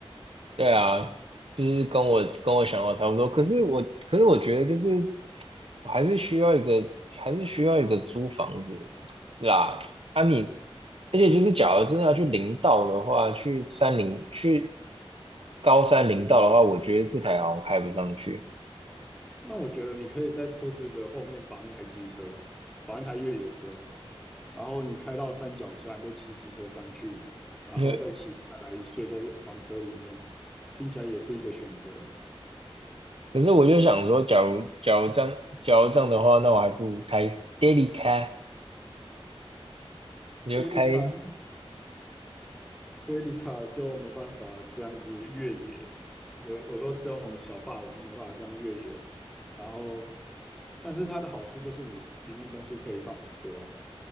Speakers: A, on the right; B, in the centre.
A: 对啊，就是跟我跟我想法差不多。可是我，可是我觉得就是，我还是需要一个，还是需要一个租房子啦。啊你，而且就是，假如真的要去林道的话，去山林，去高山林道的话，我觉得这台好像开不上去。
B: 那我觉得你可以在车子的后面绑一台机车，绑一台越野车，然后你开到山脚下，你就骑机车上去，然后再骑下来睡在房车里面，
A: <laughs> 因为
B: 听起来也是一个选择。
A: 可是我就想说，假如假如这样，假如这样的话，那我还不如开 daily car，你就开，
B: 这 e d 卡德里卡就没办法这样子越野，我我说这种小霸王没办法这样越野，然后，但是它的好处就是你里面东西可以放很多啊，